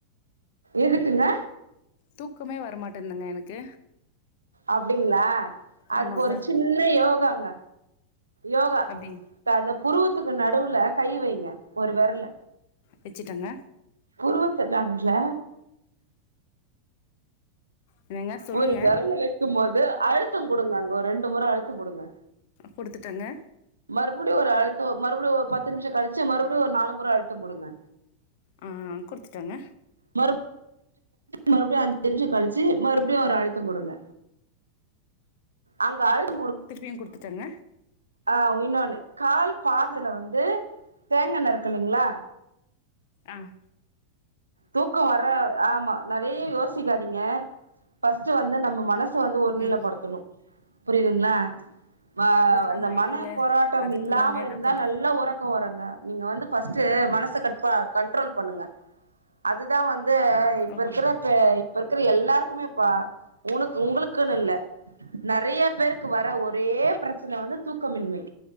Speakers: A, on the right (about 80°); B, on the left (about 50°).
A: எதுக்குங்க
B: தூக்கமே வரமாட்டுதுங்க எனக்கு
A: அப்டிங்ளா அதுக்கு
B: ஆமாங்க
A: ஒரு சின்ன யோகாங்க யோகா
B: அப்படி
A: ட அந்த புருவத்துக்கு ந டுவுல கை வைங்க ஒரு வெரல்ல
B: வச்சுட்டேங்க
A: புருவத்து நடுவுல
B: என்னங்க சொல்லுங்க
A: ஒரு விரல் வைக்கும் போது அழுத்த கொடுங்க ஒரு ரெண்டு முற அழுத்து கொடுங்க
B: குடுத்துட்டங்க
A: மறுபடியு ஒரு அழுத்த மறுபடியு ஒரு பத்து நிமிஷ கழிச்சு மறுபடியு ஒரு நாலு முறை அழுத்த கொடுங்க
B: ஆ குடுத்துட்டங்க
A: மறுப மறுபடியு அந்த தெரிஞ்ச கால வெ ச்சு மறுபடியு ஒரு அழுத்த குடுங்க அங்க ஆழுது
B: திருப்பியு குடுத்துட்டாங்க
A: ஆ இன்னோன்னு கால் பாதுல வந்து தேங்கெண்ண இருக்குல்லிங்ளா
B: ஆஹ்
A: தூக்கம் வர ஆம் நறைய யோசிக்காதீங்க ஃபர்ஸ்ட் வந்து நம்ம மனசு <unintelligible> வந்து ஒரு
B: ம்
A: நிலைப்படுத்தணு புரியுதுங்களா ஆஹ்
B: அதுதாங்க
A: இந்த மன
B: இல்ல
A: போராட்டம்
B: அதுக்கு
A: இல்லாம
B: தாங்க என்ன
A: இருந்தா
B: பண்றது
A: நல்லா உறக்க வரு ல நீங்க வந்து ஃபர்ஸ்ட் மனச கட்ப கண்ட்ரோல் பண்ணுங்க அதுதான் வந்து து இ இப்ப
B: ஓ
A: இருக்கிற இப் இருக்கிற எல்லாருக்குமேப்ப உனக்கு உங்களுக்குன்னு இல்ல நறைய பேருக்கு வர ஒரே பிரச்சனை வந்து தூக்கமின்மை